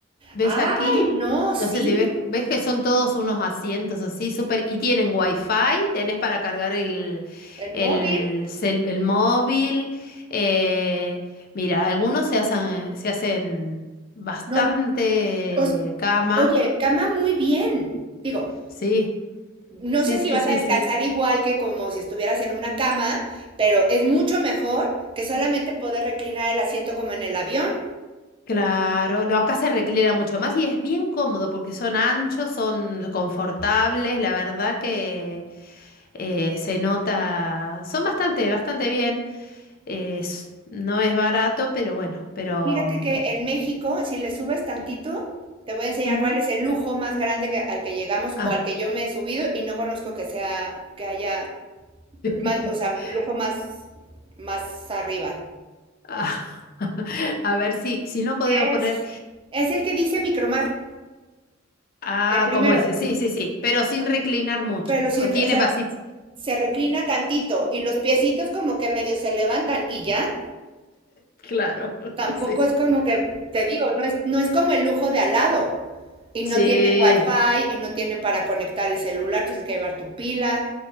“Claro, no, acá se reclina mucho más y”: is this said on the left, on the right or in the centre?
Left